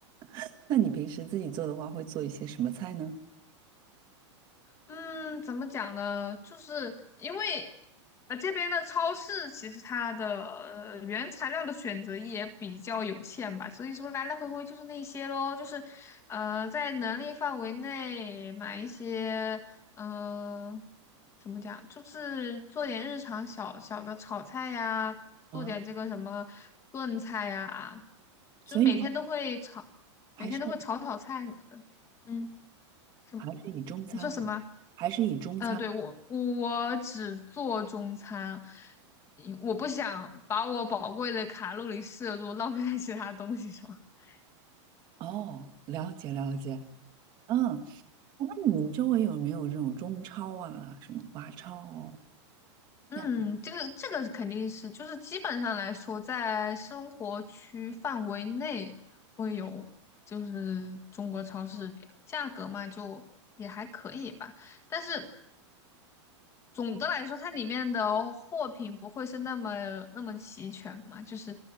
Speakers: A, on the right; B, on the left.
A: <laughs> 那你平时自己做的话，会做一些什么菜呢？
B: 嗯，怎么讲呢？就是因为呃这边的超市其实它的呃原材料的选择也比较有限吧，所以说来来回回就是那些咯，就是呃在能力范围内买一些嗯、呃怎么讲，就是做点日常小小的炒菜呀，
A: 啊，
B: 做点这个什么炖菜呀，就是每天都会炒，
A: 所以还
B: 每天都会炒炒菜什么的。
A: 还是
B: 嗯，什么？
A: 还是以中餐为，
B: 你说什么？
A: 还是以中餐。
B: 嗯，对，我我只做中餐，因我不想把我宝贵的卡路里摄入浪费在其他东西上。<laughs>
A: 哦，了解了解。嗯，那你们周围有没有这种中超啊，什么华超啊？
B: 嗯，
A: 呀，
B: 这个这个肯定是，就是基本上来说，在生活区范围内会有，就是中国超市这样价格嘛，就也还可以吧。但是总的来说，它里面的货品不会是那么那么齐全嘛，就是